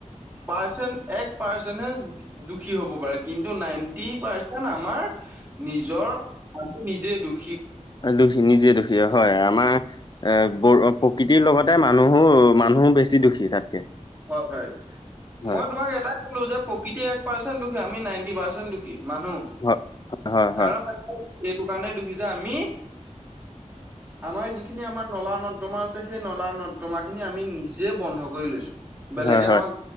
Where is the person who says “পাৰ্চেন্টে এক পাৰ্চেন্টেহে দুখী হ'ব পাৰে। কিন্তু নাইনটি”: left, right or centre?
Right